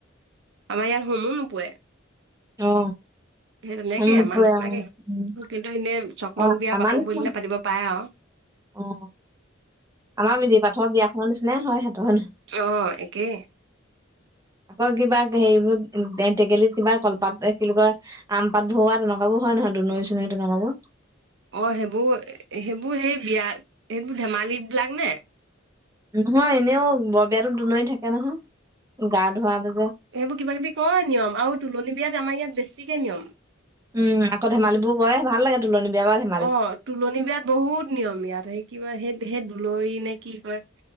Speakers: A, on the right (about 65°); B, on the right (about 15°).
A: আমাৰ ইয়াত হোমো নোপোয়ে।
B: অ।
A: সেই তেনেকে
B: মন নপৰে
A: আমাৰ নিচিনাকে,
B: আৰু উম
A: কিন্তু এনেই চককলং
B: অ
A: বিয়া
B: আমাৰ
A: পাতো
B: নিচিনা
A: বুলিলে পাতিব পাৰে আৰু
B: অ। আমাৰ বিধি পাঠৰ বিয়াখনৰ নিচিনাই হয় সিহঁতৰ।
A: অ', একেই।
B: মই কিবা হেৰিবোৰ টেনকেলিত কিবা কলপাত এ কি বুলি কয়। আম পাত ভওৱা তেনেকুৱাবোৰ হয় নহয় দোলনি চোলনি তেনেকুৱাবোৰ।
A: অ সেইবো সেইবোৰ সেই বিয়া সেইবোৰ ধেমালি বিলাক নে?
B: নহয় এনেও বৰ বিয়াতো দোলনি থাকে নহয়, গা- ধোৱাটো যে।
A: সেইবোৰ কিবা-কিবি কয় নিয়ম আৰু তুলনী বিয়াত আমাৰ ইয়াত বেছিকে নিয়ম।
B: উম, আকৌ ধেমালিবোৰ কৰে ভাল লাগে তুলনি বিয়াত।
A: অ, তুলনি বিয়াত বহুত নিয়ম ইয়াত সেই কি কয় সেই সেই দুলৰি নে কি কয়।